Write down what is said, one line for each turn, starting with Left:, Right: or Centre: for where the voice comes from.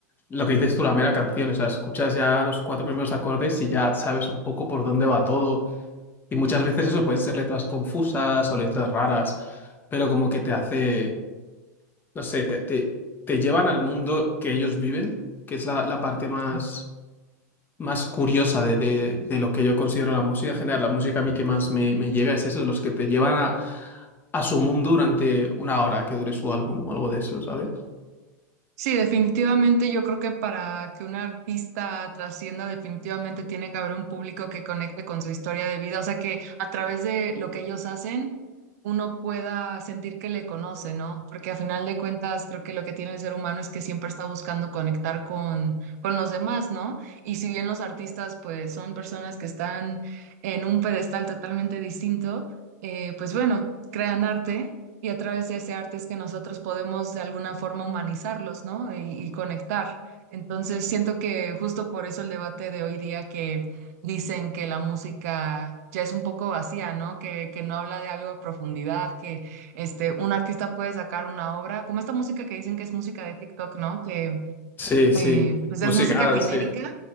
Left: lo que dices tú, la mera canción. O sea, escuchas ya los cuatro primeros acordes y ya sabes un poco por dónde va todo. Y muchas veces eso pueden ser letras confusas o letras raras, pero como que te hace, no sé, te, te, te llevan al mundo que ellos viven, que es la, la parte más
Right: sí.
Left: más curiosa de, de- de lo que yo considero la música en general. La música a mí que más me, me llega es eso, los que te llevan a, a su mundo durante una hora que dure su álbum o algo de eso, ¿sabes?
Right: Sí, definitivamente yo creo que para que un artista trascienda, definitivamente tiene que haber un público que conecte con su historia de vida, o sea que a través de lo que ellos hacen, uno pueda sentir que le conoce, ¿no? Porque a final de cuentas creo que lo que tiene el ser humano es que siempre está buscando conectar con, con los demás, ¿no? Y si bien los artistas pues son personas que están en un pedestal totalmente distinto, eh, pues bueno, crean arte. Y a través de ese arte es que nosotros podemos de alguna forma humanizarlos, ¿no? Y, y conectar. Entonces, siento que justo por eso el debate de hoy día que dicen que la música ya es un poco vacía, ¿no? Que, que no habla de algo a profundidad, que este, un artista puede sacar una obra, como esta música que dicen que es música de TikTok, ¿no? Que
Left: Sí, sí,
Right: eh, pues
Left: música,
Right: es música genérica,
Left: sí,